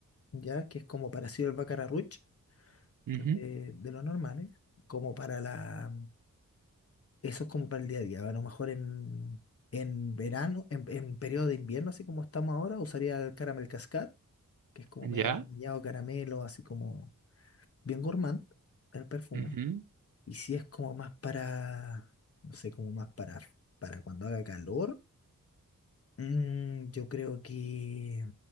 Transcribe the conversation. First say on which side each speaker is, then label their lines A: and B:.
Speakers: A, on the left; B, on the right.
A: ¿ya? Que es como parecido al Baccarat Rouge
B: ujú,
A: de, de lo normal, ¿eh? Como para la Eso es como para el día a día. A lo mejor en, en verano, en, en periodo de invierno, así como estamos ahora, usaría el caramel cascade, que es como
B: ¿Ya?
A: medio vainillado caramelo, así como bien gourmand el perfume.
B: ujú,
A: Y si es como más para, no sé, como más para, para cuando haga calor, mm, yo creo que,